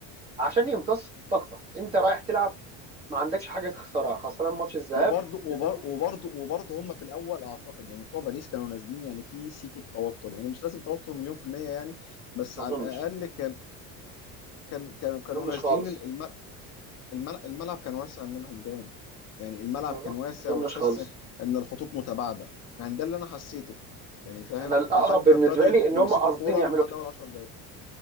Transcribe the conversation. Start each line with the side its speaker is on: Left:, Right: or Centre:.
Right: عشان يمتص طاقتك انت رايح تلعب ما عندكش حاجه تخسرها خسران ماتش الذهاب
Left: وبرضو وبر-
Right: لازم تج...
Left: وبرضو وبرضو هم في الاول اعتقد يعني بتوع باريس كانوا نازلين يعني في سيكة توتر يعني مش لازم توتر مليون في المية يعني بس
Right: ما
Left: على
Right: اظنش
Left: الاقل كان كان كانوا
Right: ما اظنش
Left: نازلين
Right: خالص
Left: الم- الم- الملعب كان واسع منهم جامد يعني الملعب
Right: ما
Left: كان
Right: أظن-
Left: واسع
Right: ما اظنش
Left: وتحس
Right: خالص
Left: ان الخطوط متباعده يعني ده اللي انا حسيته يعني فاهم
Right: انا الاقرب
Left: لحد
Right: بالنسبه
Left: ما ابتدوا
Right: لي
Left: يت-
Right: ان
Left: يمسكوا
Right: هم قاصدين
Left: كوره
Right: يعملوا
Left: من بعد
Right: كده
Left: اول 10 دقائق